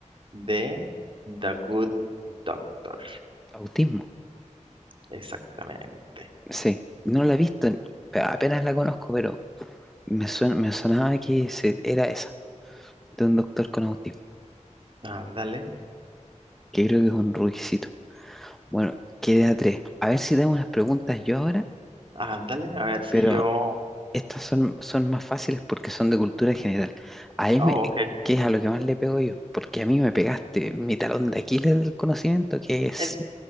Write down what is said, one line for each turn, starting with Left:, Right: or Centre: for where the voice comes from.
Right: de The Good Doctor?
Centre: autismo.
Right: Exactamente.
Centre: Sí, no la he visto, apenas la conozco, pero me suena, me sonaba que se- era esa, de un doctor con autismo,
Right: Ándale,
Centre: que creo que es un rubiecito. Bueno, quedé a tres. A ver si tengo unas preguntas yo ahora,
Right: ándale, a ver si
Centre: pero
Right: yo...
Centre: estas son, son más fáciles porque son de cultura general. Ahí
Right: Oh,
Centre: me,
Right: ok.
Centre: que es a lo que más le pego yo, porque a mí me pegaste mi talón de Aquiles del conocimiento, que es
Right: En